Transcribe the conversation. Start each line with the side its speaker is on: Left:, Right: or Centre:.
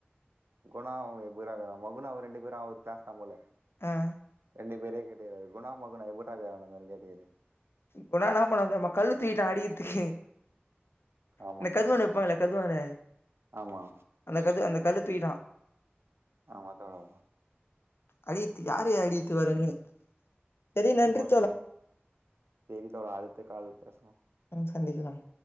Right: குணா <unintelligible> மகுனா அவ ரெண்டு பேரு அவுரு கிளாஸ் தா போல.
Left: ம்.
Right: ரெண்டு பேரையு கேட்டுகிறாரு குணா மகுனா எப்பறா இக்குறாணுங்கோன் கேட்டுக்கிறாரு.
Left: குணா இன்னா பண்ணாந் தெரிமா கல்லு தூக்கிட்டா அடிகிதிக்கு.
Right: ஆமா
Left: இந்த
Right: தோழா
Left: கதுவானு விப்பாங்கள்ல கதுவானு
Right: ஆமா.
Left: அந்த கது அந்த கல்லு தூக்கிட்டா.
Right: ஆமா தோழா.
Left: அடிகித்து யாரயா அடிகித்து வரன்னு. சரி நன்றி
Right: ஆமா தோழா சேரி தோழா அடுத்த கால் பேசலா.
Left: ம் சந்திக்கலாம்.